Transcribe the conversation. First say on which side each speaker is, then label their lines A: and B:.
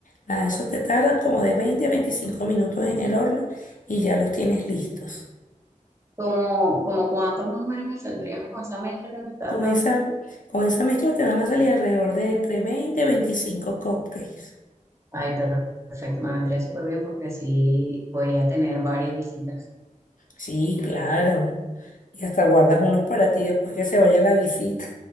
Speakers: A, on the left (about 70°); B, on the right (about 20°).
A: nada, esos te tardan como de 20 a 25 minutos en el horno y ya los tienes listos.
B: ¿Como, como cuánto más o menos me saldría con esa mezcla que me estás
A: Con
B: dando?
A: esa, con esa mezcla te van a salir alrededor de entre 20 a 25 cupcakes.
B: Ay, per- perfecto, me vendría súper bien porque sí voy a tener varias visitas.
A: Sí, claro. Y hasta guardas unos para ti después que se vaya la visita.